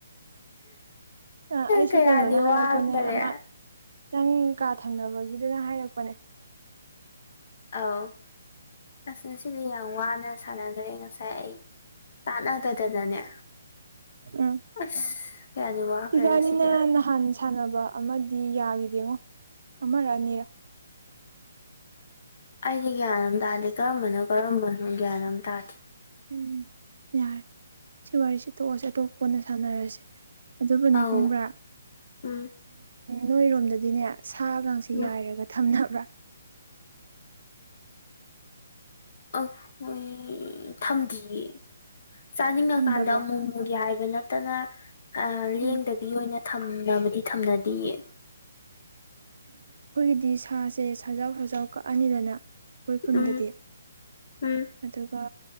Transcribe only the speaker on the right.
ꯑꯩꯁꯨ
ꯀꯩꯅꯣꯅ ꯍꯥꯏꯔꯛꯄꯅꯦ
ꯑꯃ ꯅꯪ ꯀꯥ ꯊꯪꯅꯕꯒꯤꯗꯨꯅ ꯍꯥꯏꯔꯛꯄꯅꯦ
ꯎꯝ
ꯏꯕꯥꯅꯤꯅ
ꯅꯍꯥꯟ ꯁꯥꯟꯅꯕ ꯑꯃ ꯗꯤ ꯌꯥꯈꯤꯗꯦꯉꯣ ꯑꯃꯔꯛꯑꯅꯤꯔ
ꯎꯝ ꯌꯥꯔꯦ ꯁꯤ ꯋꯥꯔꯤꯁꯤ ꯇꯣꯛꯑꯁꯦ ꯑꯇꯣꯞꯄ ꯑꯣꯏꯅ ꯁꯥꯟꯅꯔꯁꯦ ꯑꯗꯨꯕꯨꯅꯦ
ꯈꯪꯕ꯭ꯔꯥ
ꯅꯣꯏꯔꯣꯝꯗꯗꯤꯅꯦ ꯁꯥꯒꯁꯤ
ꯌꯥꯏꯔꯒ ꯊꯝꯅꯕ꯭ꯔꯥ
ꯊꯝꯗꯕ꯭ꯔꯣ
ꯎꯝ
ꯑꯩꯈꯣꯏꯒꯤꯗꯤ ꯁꯥꯁꯦ ꯁꯟꯖꯥꯎ ꯁꯖꯥꯎ ꯀꯛꯑꯅꯤꯗꯅ ꯑꯩꯈꯣꯏ ꯈꯨꯟꯗꯗꯤ
ꯑꯗꯨꯒ